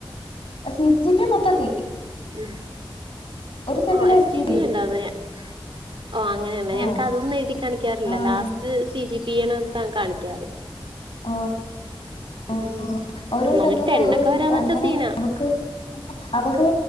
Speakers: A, on the left (about 85°); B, on the right (about 70°).
A: സി ജി പി മൊത്തത്തിൽ.
B: ഉ
A: സെമ്മില്
B: ഓ എസ്റ്റി
A: എസ് ജി പി
B: ബിയ
A: വരും
B: ഉണ്ടാ ആങ്ങനൊ ഓ അങ്ങനെയള്ള
A: ആഹ്
B: ഞങ്ങക്ക് അതൊന്നും എഴുതി കാണിക്കാറില്ല
A: ആഹ്
B: ലാസ്റ്റ് സി ജി പിണ് കാണിക്കാറ്.
A: ആഹ് ഓ
B: ഉം
A: ഓരോ
B: എന്നാലും
A: സമ്മില്
B: ടെണ്ണൊക്കെ
A: ഓരോ സമ്മില്
B: വരാന്ന് വെച്ചാ
A: അങ്ങനെ
B: സീനാ
A: അവക്ക്. അവക്ക്